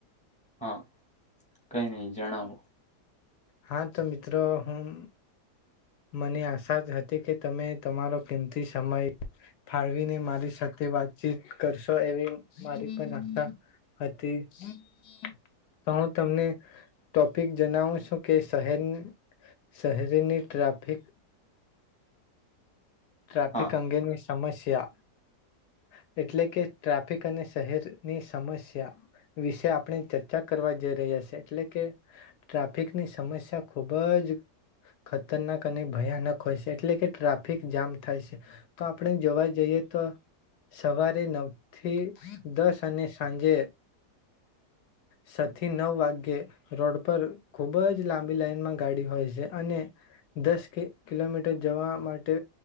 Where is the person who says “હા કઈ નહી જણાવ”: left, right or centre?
Centre